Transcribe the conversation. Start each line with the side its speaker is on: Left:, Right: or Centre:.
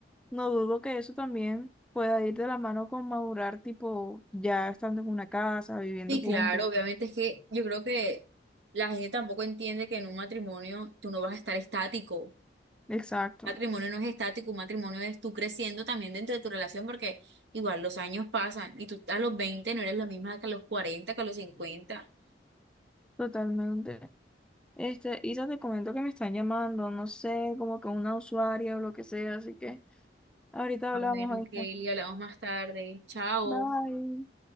Centre: no dudo que eso también pueda ir de la mano con madurar, tipo, ya estando en una casa, viviendo
Right: Sí,
Centre: juntos.
Right: claro, obviamente es que yo creo que la gente tampoco entiende que en un matrimonio tú no vas a estar estático.
Centre: Exacto,
Right: matrimonio no es estático, un matrimonio es tú creciendo también dentro de tu relación porque igual los años pasan y tú a los 20 no eres la misma que a los 40, que a los cincuenta.
Centre: totalmente. Este, Isa, te comento que me están llamando, no sé, como que una usuaria o lo que sea, así que ahorita
Right: Ah,
Centre: hablamos,
Right: Bueno,
Centre: ahí
Right: Kelly, hablamos más tarde. Chao.
Centre: Bye.